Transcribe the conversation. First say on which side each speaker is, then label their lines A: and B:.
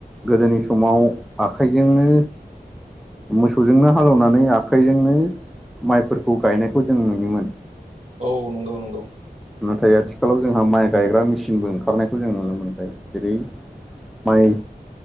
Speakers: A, in the centre; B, on the right.
A: गोदोनि समाव आखाइजोंनो मोसौजोंनो हालेवनानै आखाइजोंनो माइफोरखौ गायनायखौ जों नुयोमोन।
B: औ नंगौ नंगौ।
A: नाथाय आथिखालाव जोंहा माइ गायग्रा मेसिनबो ओंखारनायखौ जों नुनो मोनबाय। जेरै- माइ